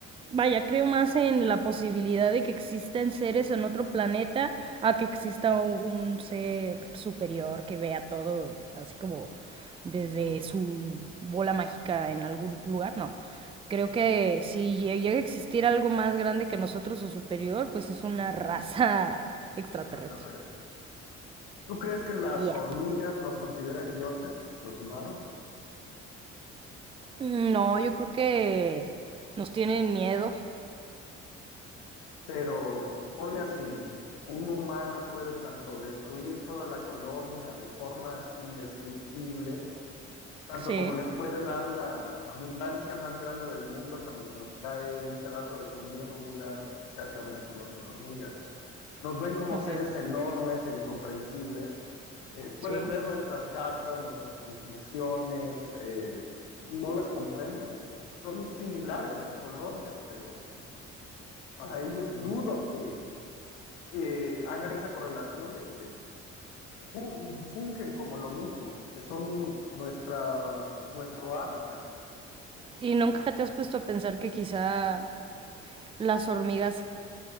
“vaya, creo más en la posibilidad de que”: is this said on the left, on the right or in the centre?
Right